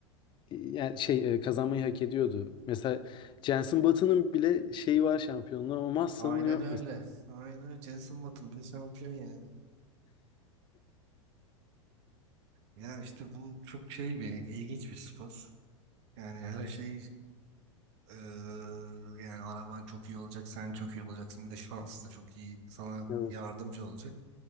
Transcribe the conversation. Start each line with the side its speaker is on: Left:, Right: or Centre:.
Left: yani şey e, kazanmayı hak ediyordu. Mesela Jenson Button'ın bile şeyi var şampiyonluğu ama Massa'nın
Right: Aynen
Left: yok
Right: öyle
Left: mesela.
Right: aynen öyle Jenson Button bile şampiyon yani ya işte bu çok şey bir ilginç bir spor yani her şey eee, yani araban çok iyi olacak sen çok iyi olacaksın bir de şans da çok iyi sana
Left: Evet.
Right: yardımcı olacak.